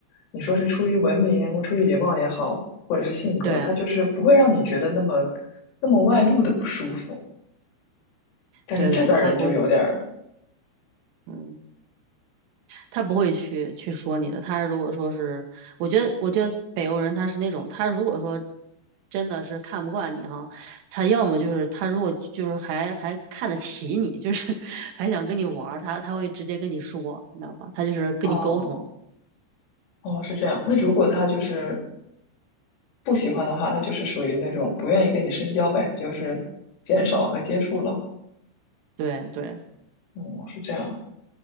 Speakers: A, on the left; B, on the right.
A: 你说是出于文明、出于礼貌也好，或者是性格，
B: 对
A: 他就是不会让你觉得那么那么外露的不舒服。但是这边儿人就有点儿，
B: 对对，他不，嗯。他不会去去说你的。他如果说是，我觉得，我觉得北欧人他是那种，他如果说真的是看不惯你哈，他要么就是他如果就是还还看得起你，就是 <laughs> 还想跟你玩儿，他他会直接跟你说，你知道吧？他就是跟你沟通。
A: 哦哦，是这样。那如果他就是不喜欢的话，他就是属于那种不愿意跟你深交呗，就是减少和接触了。
B: 对对。
A: 嗯，是这样。